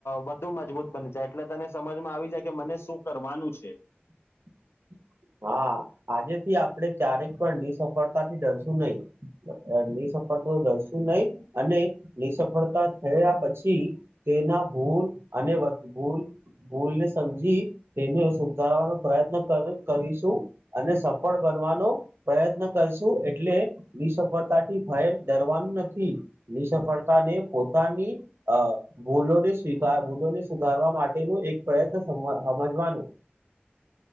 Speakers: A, on the left (about 80°); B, on the right (about 75°).
A: વધુ મજબૂત બને જાય એટલે તને સમજમાં આવી જાય. કે મને શું કરવાનું છે.
B: <inaudible> હા આજે થી આપડે ચારેક પણ નિ સફળતા થી ડરશું નહીિ. નિ સફળતા દશું નહી અને નિ સફળતા થયા પછી.. તેના ભૂલ અને ભૂલ ભૂલને સમજી તેને સુધારવાનો પ્રયત્ન.. મકાાલ.. કરીશું અને સફળ બનવાનો પ્રયત્ન કરશું એટલે બ સફળતાથી.. ભય ડરવાનું નથી ની સફળતા ને પોતાની અ ભૂલોને સ્વીકાર. ભૂલોને સુધારવા માટેનું એક પ્રયત્ન સમજવાનું.